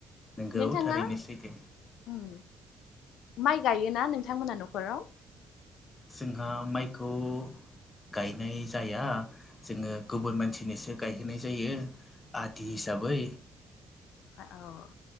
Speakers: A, on the left; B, on the left.
A: नोंगौ
B: नोंथाङा
A: थारैनो
B: उम।
A: सैथो
B: माइ गायोना नोंथांमोना न'खराव?
A: जोंहा माइखौ गायनाय जाया जोङो गुबुन मानसिनिसो गायहोनाय जायो आदि हिसाबै
B: औ